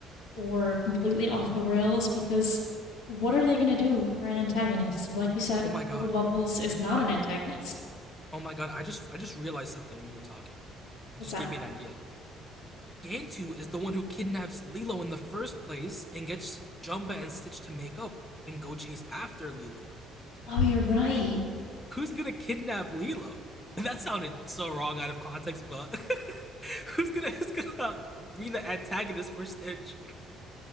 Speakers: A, on the left (about 80°); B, in the centre.
A: or completely off the rails because what are they going to do for an antagonist? Like you said,
B: Oh my god.
A: Cobra Bubbles is not an antagonist.
B: Oh my god. I just I just realized something when you were talking.
A: What's
B: You just
A: that?
B: gave me an idea. Gantu is the one who kidnaps Lilo in the first place and gets Jumba and Stitch to make up and go chase after Lilo.
A: Oh, you're right.
B: Who who's gonna kidnap Lilo? <laughs> That sounded so wrong out of context, but <laughs> who's gonna who's gonna be the antagonist for Stitch?